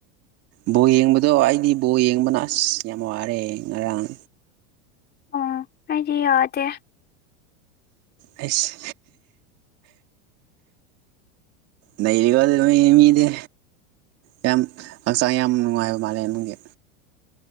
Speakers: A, on the right; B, on the left.
A: ꯕꯣ ꯌꯦꯡꯕꯗꯣ ꯑꯩꯗꯤ ꯕꯣ ꯌꯦꯡꯕꯅ ꯑꯁ ꯌꯥꯝ ꯋꯥꯔꯦ ꯉꯔꯥꯡ
B: ꯑꯣ ꯑꯩꯗꯤ ꯋꯥꯗꯦ
A: ꯑꯩꯁ ꯅꯩꯔꯤꯒꯣ ꯑꯗꯨ ꯃꯤ ꯃꯤꯗꯤ ꯌꯥꯝ ꯍꯛꯆꯥꯡ ꯌꯥꯝ ꯅꯨꯡꯉꯥꯏꯕ ꯃꯥꯜꯂꯦ ꯑꯗꯨꯒꯤ